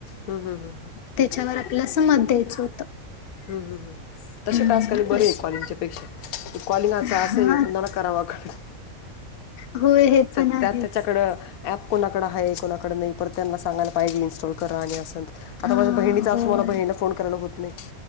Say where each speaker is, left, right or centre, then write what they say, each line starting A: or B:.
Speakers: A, on the left (about 85°); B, on the left (about 50°).
A: हम हम हं ह.
B: त्याच्यावर आपल्याला समत द्यायचं.
A: ह् तसे
B: हम्म,
A: टास्क आणि बरे
B: अश-
A: आहे कॉलिंगच्या पेक्षा कॉलिंगाच असं
B: हा
A: कुणाला करावां कडे.
B: होय हे
A: तर
B: पण आहेच
A: त्यात त्याच्याकडं. ॲप कोणाकडं आहे कोणाकडं नाही परत त्यांना सांगयला पाहिजे इनस्टॉल करा आणि असंत तर
B: हा
A: आता माझ्या बहिणीचा
B: होय
A: असू मला बहिणीला फोन करायला होत नाही.